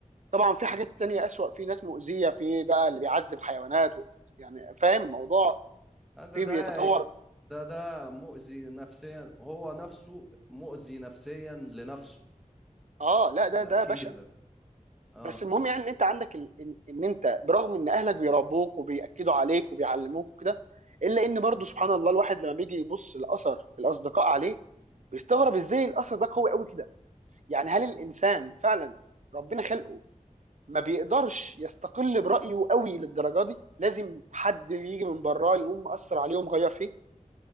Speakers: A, on the right; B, in the centre.
A: طبعا في حاجات تانية أسوأ في ناس مؤذية في بقى اللي بيعذب حيوانات و... يعني فاهم الموضوع
B: ده
A: في
B: ده
A: بيتطور
B: ده ده مؤذي نفسيا هو نفسه مؤذي نفسيا لنفسه
A: اه لا ده
B: الاخير
A: ده بشع
B: ده اه
A: بس المهم يعني ان انت عندك ال... ان إن انت برغم ان اهلك بيربوك وبياكدوا عليك وبيعلموك وكده الا ان برضه سبحان الله الواحد لما بيجي يبص لاثر الاصدقاء عليه بيستغرب ازاي الاثر ده قوي قوي كده يعني هل الانسان فعلا ربنا خلقه ما بيقدرش يستقل برايه قوي للدرجه دي لازم حد يجي من براه يقوم مأثر عليه ومغير فيه